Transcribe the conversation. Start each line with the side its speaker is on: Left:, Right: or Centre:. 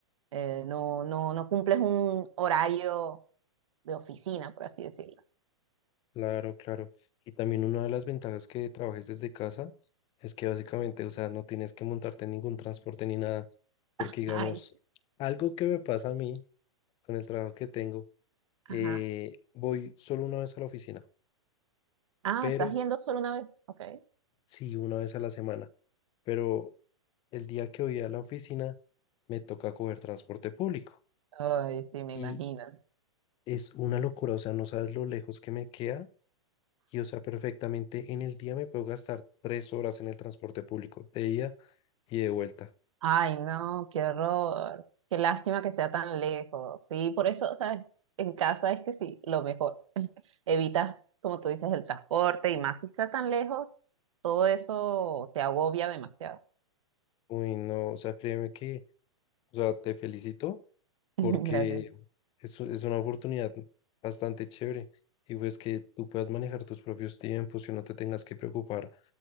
Right: eh, no, no, no cumples un horario de oficina, por así decirlo.
Left: Claro, claro. Y también una de las ventajas que trabajes desde casa es que básicamente, o sea, no tienes que montarte en ningún transporte ni nada. Porque,
Right: <laughs>
Left: digamos,
Right: Ay, sí.
Left: algo que me pasa a mí con el trabajo que tengo,
Right: Ajá.
Left: eh, voy solo una vez a la oficina.
Right: Ah,
Left: pero
Right: estás
Left: s-
Right: yendo solo una vez. Ok.
Left: sí, una vez a la semana. Pero el día que voy a la oficina me toca coger transporte público
Right: Ay, sí, me
Left: y
Right: imagino.
Left: es una locura, o sea, no sabes lo lejos que me queda y, o sea, perfectamente en el día me puedo gastar tres horas en el transporte público, de ida y de vuelta.
Right: Ay, no, qué horror. Qué lástima que sea tan lejos. Sí, por eso, ¿sabes? En casa es que sí, lo mejor. Evitas, como tú dices, el transporte y más si está tan lejos, todo eso te agobia demasiado.
Left: Uy, no, o sea, créeme que, o sea, te felicito porque
Right: <laughs> Gracias.
Left: es, u- es una oportunidad bastante chévere y pues que tú puedas manejar tus propios tiempos, que no te tengas que preocupar